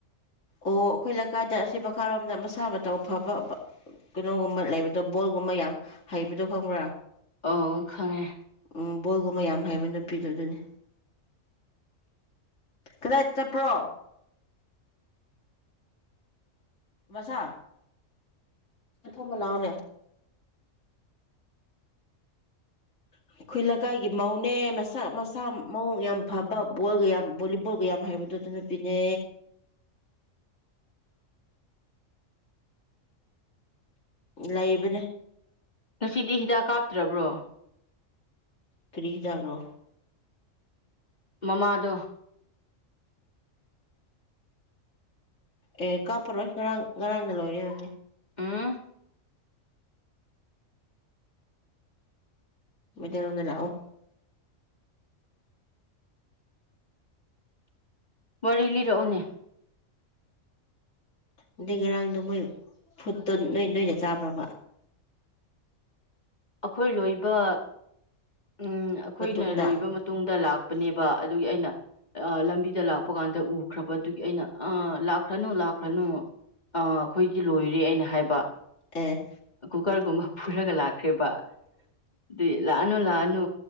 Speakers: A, on the left; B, on the left.
A: ꯑꯣ ꯑꯩꯈꯣꯏ ꯂꯩꯀꯥꯏꯗ ꯑꯁꯤ ꯃꯈꯥꯔꯣꯝꯗ ꯃꯁꯥ ꯃꯇꯎ ꯐꯕ ꯀꯩꯅꯣꯒꯨꯝꯕ ꯂꯩꯕꯗꯣ ꯕꯣꯜꯒꯨꯝꯕ ꯌꯥꯝ ꯍꯩꯕꯗꯣ ꯈꯪꯕ꯭ꯔꯥ
B: ꯑꯣ ꯈꯪꯉꯦ
A: ꯎꯝ ꯕꯣꯜꯒꯨꯝꯕ ꯌꯥꯝ ꯍꯩꯕ ꯅꯨꯄꯤꯗꯣ ꯑꯗꯨꯅꯤ ꯀꯗꯥꯏ ꯆꯠꯄ꯭ꯔꯣ ꯃꯁꯥ ꯁꯦꯐꯝꯃꯂꯥꯎꯅꯦ ꯑꯩꯈꯣꯏ ꯂꯩꯀꯥꯏꯒꯤ ꯃꯧꯅꯦ ꯃꯁꯥ ꯃꯁꯥ ꯃꯑꯣꯡ ꯌꯥꯝ ꯐꯕ ꯕꯣꯜꯒ ꯌꯥꯝ ꯕꯣꯂꯤꯕꯣꯜꯒ ꯌꯥꯝ ꯍꯥꯏꯕꯗꯨ ꯑꯗꯨ ꯅꯨꯄꯤꯅꯦ ꯂꯩꯥꯏꯕꯅꯦ
B: ꯉꯁꯤꯗꯤ ꯍꯤꯗꯥꯛ ꯀꯥꯞꯇ꯭ꯔꯕ꯭ꯔꯣ
A: ꯀꯔꯤ ꯍꯤꯗꯥꯛꯔꯣ
B: ꯃꯃꯥꯗꯣ
A: ꯑꯦ ꯀꯥꯞꯄꯔꯣꯏ ꯉꯔꯥꯡ ꯉꯔꯥꯡꯗ ꯂꯣꯏꯔꯦ ꯍꯥꯏꯕꯅꯦ
B: ꯎꯝ
A: ꯃꯩꯇꯩ ꯂꯣꯟꯗ ꯂꯥꯛꯑꯣ
B: ꯋꯥꯔꯤ ꯂꯤꯔꯛꯑꯣꯅꯦ
A: ꯑꯗꯩ ꯉꯔꯥꯡꯗꯣ ꯃꯣꯏ ꯐꯨꯠꯇꯣ ꯅꯣꯏ ꯅꯣꯏꯗ ꯆꯥꯕ꯭ꯔꯕ
B: ꯑꯩꯈꯣꯏ ꯂꯣꯏꯕ ꯎꯝ ꯑꯩꯈꯣꯏꯅ
A: ꯃꯇꯨꯡꯗ
B: ꯂꯣꯏꯕ ꯃꯇꯨꯡꯗ ꯂꯥꯛꯄꯅꯦꯕ ꯑꯗꯨꯒꯤ ꯑꯩꯅ ꯂꯝꯕꯤꯗ ꯂꯥꯛꯄ ꯀꯥꯟꯗ ꯎꯈ꯭ꯔꯕꯗꯨꯒꯤ ꯑꯩꯅ ꯑ ꯂꯥꯛꯈ꯭ꯔꯅꯨ ꯂꯥꯛꯈ꯭ꯔꯅꯨ ꯑ ꯑꯩꯈꯣꯏꯗꯤ ꯂꯣꯏꯔꯦ ꯑꯩꯅ ꯍꯥꯏꯕ
A: ꯑꯦ
B: ꯀꯨꯀꯔ ꯒꯨꯝꯕ ꯈꯔꯒ ꯂꯥꯛꯈ꯭ꯔꯦꯕ ꯑꯗꯨꯗꯤ ꯂꯥꯛꯑꯅꯣ ꯂꯥꯛꯑꯅꯣ